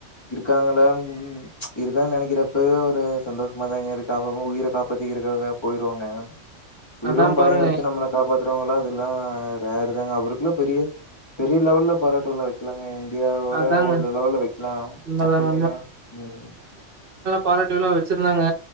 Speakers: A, on the left; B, on the right.
A: இருக்காங்கல ம் இருக்கான் நெனக்கிறப்பவெ ஒரு சந்தோஷ்மாதாங்க இருக்கு அப்பப உயிர காப்பாதிக்குருகாக போயிருவாங்க உயிரும்
B: அதா
A: பனைய
B: பாருங்க
A: வச்சு நம்மள காப்பாத்த றவுங்களா அதுல்லா ரேருதாங்க அவருக்குல்லா பெரிய பெரிய லெவல்ல பராட்டுவிழா வெக்லாங்க <unintelligible>
B: அதாங்க
A: ஒரு லெவல்ல வெக்லா
B: உண்மதாங்க
A: தப்பில்லைங்க ம்
B: பாரட்டுவிழா வச்சுருந்தாங்க